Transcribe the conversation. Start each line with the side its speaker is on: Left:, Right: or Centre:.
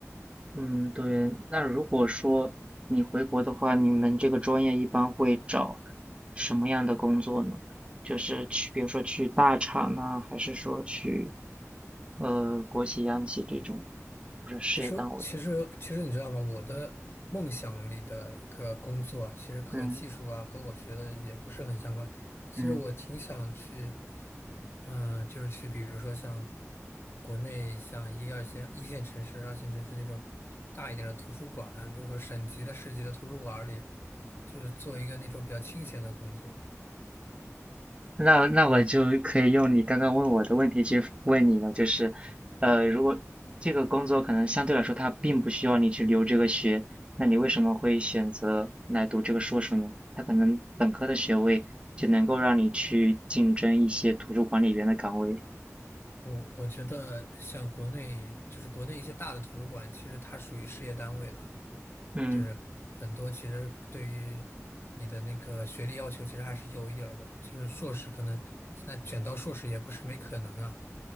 Right: 嗯，对，那如果说你回国的话，你们这个专业一般会找什么样的工作呢？就是去，比如说去大厂呢，还是说去呃国企、央企这种，或者事业单位？
Left: 其实，其实，其实你知道吗？我的梦想里的一个工作啊其实和技术啊，
Right: 嗯
Left: 和我学的也不是很相关。其实我挺想去，
Right: 嗯，
Left: 嗯、就是去，比如说像国内像一二线、一线城市、二线城市那种大一点的图书馆，比如说省级的、市级的图书馆里，就是做一个那种比较清闲的工作。
Right: 那那我就可以用你刚刚问我的问题去问你了，就是，呃，如果这个工作可能相对来说它并不需要你去留这个学，那你为什么会选择来读这个硕士呢？它可能本科的学位就能够让你去竞争一些图书管理员的岗位。
Left: 我我觉得像国内，就是国内一些大的图书馆，其实它属于事业单位了。
Right: 嗯
Left: 就是很多其实对于你的那个学历要求，其实还是有一点儿的。就是硕士可能现在卷到硕士也不是没可能啊。